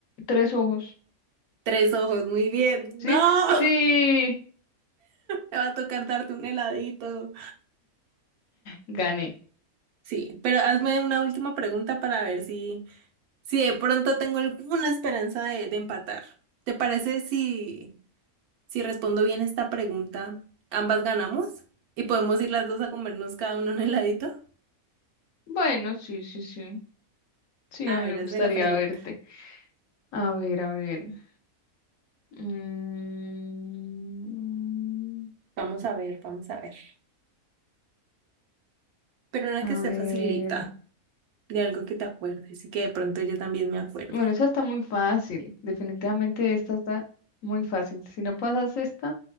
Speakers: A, on the left; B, on the right.
A: tres ojos.
B: Tres ojos, muy bien.
A: ¿Sí?
B: No,
A: Sí.
B: <laughs> me va a tocar darte un heladito.
A: Gané.
B: Sí, pero hazme una última pregunta para ver si, si de pronto tengo alguna esperanza de, de empatar. ¿Te parece si... Si respondo bien esta pregunta, ambas ganamos y podemos ir las dos a comernos cada uno un heladito.
A: Bueno, sí, sí, sí. Sí,
B: A
A: a mí
B: ver,
A: me gustaría
B: hazme la pregunta.
A: verte. A ver, a ver. Mm,
B: Vamos a ver, vamos a ver. Pero una
A: a
B: que se
A: ver.
B: facilita, de algo que te acuerdes y que de pronto yo también me acuerde.
A: Bueno, esa está muy fácil. Definitivamente esta está muy fácil. Si no pasas esta,